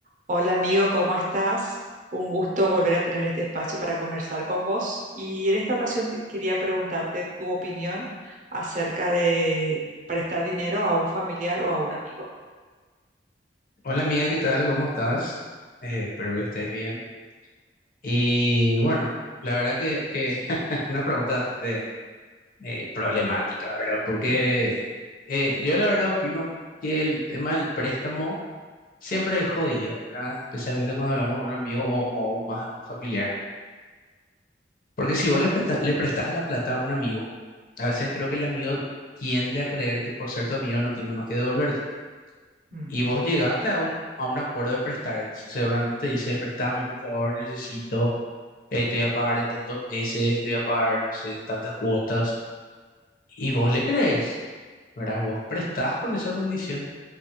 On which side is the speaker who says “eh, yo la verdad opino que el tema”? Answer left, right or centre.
Left